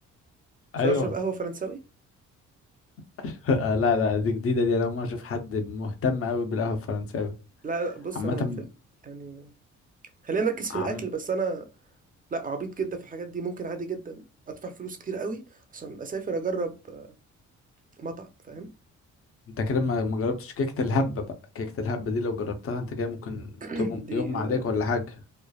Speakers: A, on the right (about 30°); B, on the left (about 45°).
A: عشان
B: ايوه
A: اشرب قهوه فرنساوي
B: <laughs> لا لا دي جديدة دي انا اول مرة اشوف حد مهتم قوي بالقهوة الفرنساوي
A: لا لا، بص
B: عامة
A: انا في ال... يعني خلينا نركز في
B: عم
A: الاكل بس انا لا عبيط جدا في الحاجات دي ممكن عادي جدا ادفع فلوس كتير قوي عشان اسافر اجرب آه، مطعم فاهم
B: انت كده ما ما جربتش كيكة الهبة بقى كيكة الهبة دي لو جربتها انت كده ممكن
A: <clears throat>
B: تغم...
A: دي
B: يغمى عليك
A: آه،
B: ولا حاجة